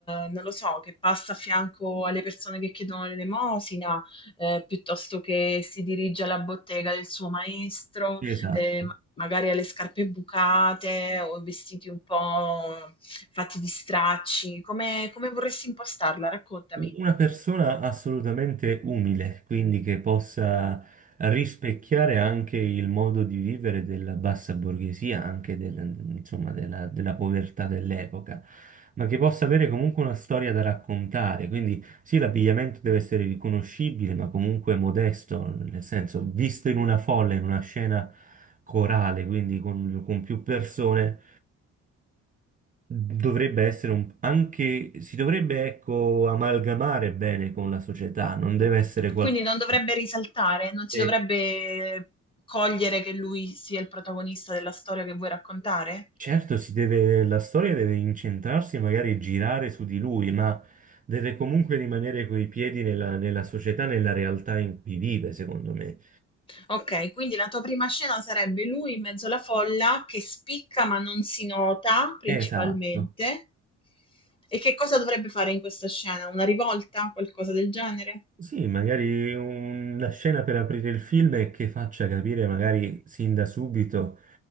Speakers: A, on the left; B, on the right.
A: non lo so, che passa a fianco alle persone che chiedono l'elemosina, eh, piuttosto che si dirige alla bottega del suo maestro,
B: esatto.
A: eh, ma- magari alle scarpe bucate o vestiti un po' fatti di stracci. Come, come vorresti impostarla? Raccontami.
B: Una persona assolutamente umile, quindi che possa rispecchiare anche il modo di vivere della bassa borghesia, anche del- insomma, della, della povertà dell'epoca, ma che possa avere comunque una storia da raccontare. Quindi sì, l'abbigliamento deve essere riconoscibile, ma comunque modesto, nel senso, visto in una folla, in una scena corale, quindi con, con più persone. Dovrebbe essere un, anche, si dovrebbe, ecco, amalgamare bene con la società, non deve essere qualcuno.
A: Quindi non dovrebbe risaltare, non si
B: E
A: dovrebbe cogliere che lui sia il protagonista della storia che vuoi raccontare?
B: certo, si deve, la storia deve incentrarsi, magari girare su di lui, ma deve comunque rimanere coi piedi nella, nella società, nella realtà in cui vive, secondo me.
A: Ok, quindi la tua prima scena sarebbe lui in mezzo alla folla che spicca ma non si nota principalmente.
B: Esatto.
A: E che cosa dovrebbe fare in questa scena? Una rivolta? Qualcosa del genere?
B: Sì, magari una scena per aprire il film e che faccia capire magari sin da subito